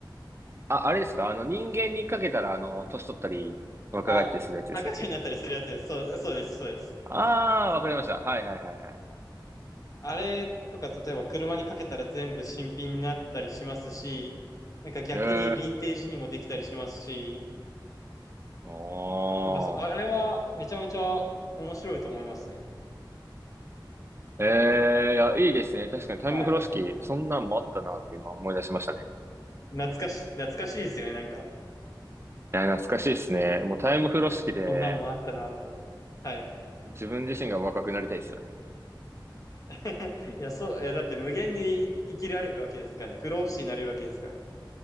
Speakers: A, on the right; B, on the left.
A: あ、あれですかあの、人間にかけたら、あの、年取ったり、若返ったりするやつですかね。
B: あ、赤ちゃんになったりするやつです。そう、そうです、そうです。
A: ああ、わかりました。はいはいはいはい。
B: あれとか、例えば車にかけたら全部新品になったりしますし、なんか逆にヴィンテージにもできたりしますし、
A: ええー。お
B: なんかそあれはめちゃめちゃ面白いと思いますね。
A: ー。ええいや、いいですね。確かにタイム風呂敷、
B: はい。
A: そんなんもあったなって今思い出しましたね。
B: 懐かし、懐かしいですよね、なんか。
A: いや、懐かしいですね。もうタイム風呂敷で、
B: こんなんもあったなって。はい。
A: 自分自身が若くなりたいですよね。
B: <laughs> いや、そう、いや、だって無限に生きられるわけですからね。不老不死になれるわけですからね。